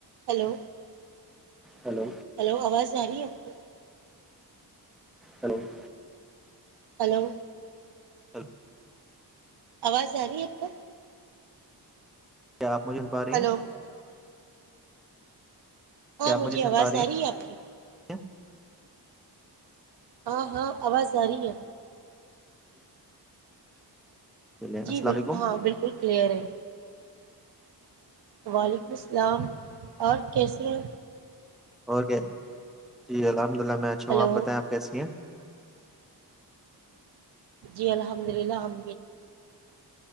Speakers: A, on the right; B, in the centre.
A: Hello
B: hello
A: hello آواز <inaudible> سری اپ <inaudible>
B: hello <inaudible>
A: hello
B: hello
A: آواز <inaudible> جا رہی ہے آپ کو
B: کیا آپ مجھے م پا رہی
A: ہلو
B: ہیں
A: ہاں
B: کیا آپ
A: مجھے
B: سن
A: آواز
B: پا
A: آ رہی ہے آپ کی
B: <inaudible>
A: ہاں ہاں آواز جاری ہے
B: چلیے السلام
A: جی ب
B: علیکم
A: ہاں بالکل کلیئر ہے وعلیکم السلام اور کیسرے؟
B: اور کیا جی ہےا الحمد للہ میں اچا
A: ہلو
B: ہ آپتائ آپ کیسی ہیں
A: ی الحمد للہحم